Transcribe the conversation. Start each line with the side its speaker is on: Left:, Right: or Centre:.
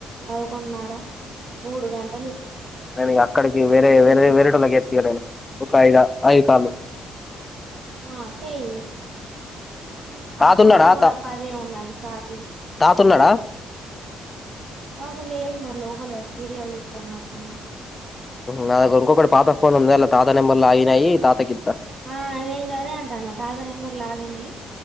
Right: పదకొంన్నర, మూడు గంట.
Left: నేను అక్కడికి వేరే వేరే వేరే టోళ్లకు చేస్తా నేను. ఒక ఐద ఐదు కాళ్లు.
Right: మా చేయి.
Left: తాత
Right: ఆ ఫోన్
Left: ఉన్నాడా
Right: లో కూడా
Left: తా
Right: పదే ఉన్నది చార్జింగ్.
Left: <unintelligible>
Right: అతను లేడు మరి లోపలే సీరియలు సుస్తానట్టున్నాడు.
Left: నా దగ్గర ఇంకొకటి పాత ఫోన్ ఉంది అలా తాత నెంబర్ లో లాగిన్ అయినయి తాతకిత.
Right: ఆ నేను కదే అంటా నా తాత నెంబర్ లాగిన్ అయ్యి.